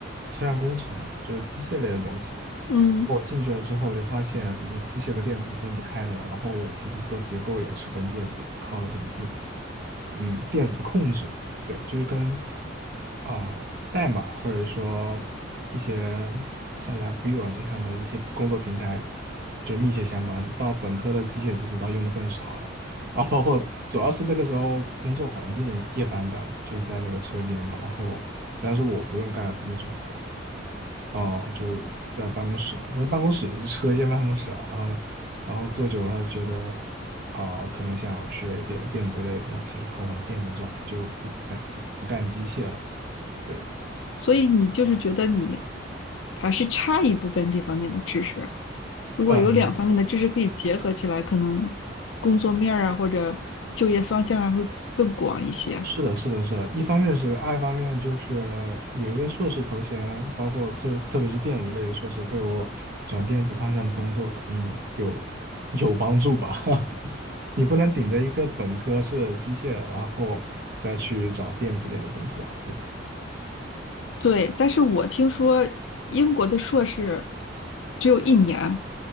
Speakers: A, on the right (about 55°); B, on the left (about 80°).
A: 车辆工程的，就是机械类的东西。
B: 嗯，
A: 我进去了之后，我就发现这机械和电子是分不开的嘛。然后我其实做结构也是跟电子靠得很近，嗯，电子的控制，对，就是跟啊、代码或者说一些像 LabVIEW 啊这样的一些工作平台，就是密切相关。到本科的机械知识倒用的更少了，啊，包括主要是那个时候工作环境一般般，就是在那个车间嘛。然后虽然说我不用干那种活，哦，就在办公室嘛，但是办公室也是车间办公室啊，然后然后坐久了觉得，啊、可能想学点电子类的东西，然后往电子转，就不干不干机械了嘛对，
B: 所以你就是觉得你还是差一部分这方面的知识。如果有两方面的知识可以结合起来，
A: 哦嗯，
B: 可能工作面啊或者就业方向啊会更广一些。
A: 是的，是的，是的，一方面是爱，二方面就是有一个硕士头衔，包括特特别是电子类的硕士，对我转电子方向的工作肯定有有帮助吧。<laughs> 你不能顶着一个本科是机械，然后再去找电子类的工作啊，对吧？
B: 对，但是我听说英国的硕士只有一年，